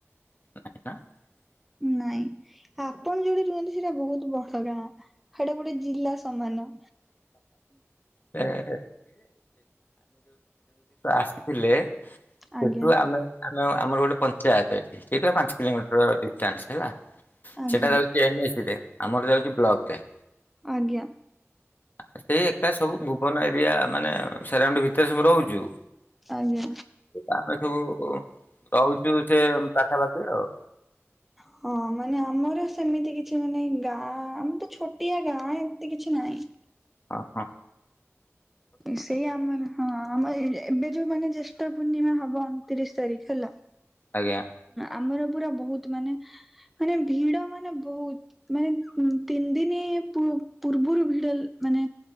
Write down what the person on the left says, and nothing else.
<unintelligible>
<unintelligible> ଆସ୍ଥିଲେ। ସେଠୁ
ଆମେ ଆମର ଗୋଟେ ପଞ୍ଚାୟତ ଏଇଠୁ ପାଞ୍ଚ କିଲୋମିଟର ଡିଷ୍ଟାନ୍ସ ହେଲା।
ସେଟା ଯାଉଛି ଏନ୍ ଏ ସି ରେ ଆମର ଯାଉଛି ବ୍ଲକ ରେ।
ସେଇ ଏକା ସବୁ ଭୁବନ ଏରିଆ ମାନେ ସେରାଉଣ୍ଡ ଭିତରେ ସବୁ ରହୁଛୁ।
ଆମେ ସବୁ ରହୁଛୁ ସେ ପାଖାପାଖି ଆଉ।
ଓ ହୋ।
ଆଜ୍ଞା।